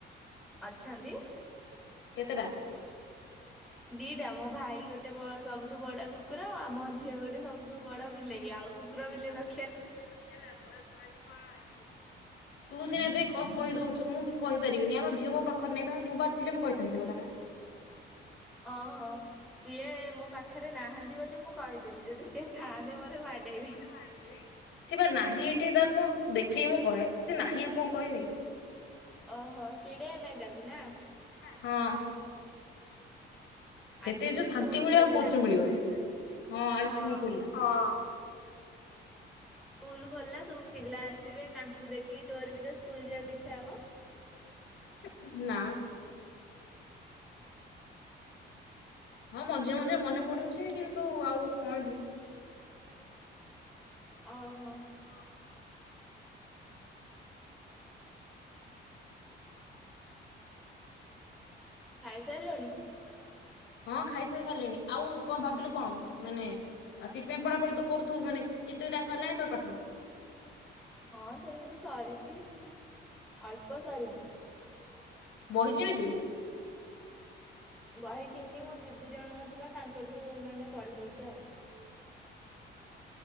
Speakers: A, in the centre; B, on the left.
A: ଅଛନ୍ତି।
B: କେତେଟା?
A: ଦିଟା ମୋ ଭାଇ। ଇ ଗୋଟେ ସବୁଠୁ ବଡ କୁକୁର ଆଉ ଆମ ଝିଅ ଗୋଟେ ସବୁଠୁ ବଡ ବିଲେଇ ଆଉ କୁକୁର ବିଲେଇ ରଖ
B: କୁକୁର ବିଲେଇ ରଖିଲେ ଲାଭ ମାନେ କଣ ଅଛି। ତୁ ସିନା ଏବେ କ କହି ଦଉଛୁ ମୁଁ ବି କହିପାରିବିନି ଆମ ଝିଅ ମୋ ପାଖରେ ନାଇବା ମୁଁ ପାଖରେ ଥିଲେ ମୁଁ କହିଥାନ୍ତି ସେ କଥାଟା।
A: ଓହୋ। ସିଏ ମୋ ପାଖରେ ନାହାନ୍ତି ବୋଲି ମୁଁ କହିଦେଲି ଯଦି ସିଏ ଥାଆନ୍ତେ ମତେ ବାଡେଇବେ।
B: ବାଡେଇବେ। ସେ ବା ନାହିଁ ଏଠି ତାକୁ ଦେଖେଇ ମୁଁ କହେ ସେ ନାହିଁ ଆଉ କଁ କହିବି।
A: ଓହୋ ଚିଡେଇଆ ପାଇଁ ତାକୁ ନା।
B: ହଁ। ସେଥିରେ
A: ଆଜିଠୁ
B: ଯୋଉ ଶାନ୍ତି
A: ସ୍କୁଲ
B: ମିଳିବ
A: ଖୋଲିଲା
B: ଆଉ କୋଉଥିରେ ମିଳିବନି
A: ହଁ।
B: ହଁ।
A: ସ୍କୁଲ ଖୋଲିଲା ସବୁ ପିଲା ଆସିବେ ତାଙ୍କୁ ଦେଖିକି ତୋର ବି ତ ସ୍କୁଲ ଯିବାକୁ ଇଚ୍ଛା ହବ।
B: ହୁଁ ନା। ହଁ ମଝିରେ ମଝିରେ ମନେ ପଡୁଛି କିନ୍ତୁ ଆଉ କଣ ଯିବୁ।
A: ଅହୋ।
B: ଅ ହୋ।
A: ଖାଇ ସାଇଲୁଣି?
B: ହଁ ଖାଇ ସାଇ ସାରିଲିଣି ଆଉ କଁ ଭାବିଲୁ କଁ ମାନେ ସିଟି ପାଇଁ ପଢାପଢି ତ କରୁଥୁବୁ ମାନେ କେତେ ଟା ସରିଲାଣି ତୋର ପାଠ?
A: ହଁ ସେମିତି ସରିଚି ଅଳ୍ପ ସରିଚି।
B: ବହି କିଣିଚୁ?
A: ବହି କିିନି ମୋ ଦିଦି ଜଣଙ୍କ ଥିଲା ତାଙ୍କଠୁ ମାନେ ପଢି ଦଉଛି ଆଉ।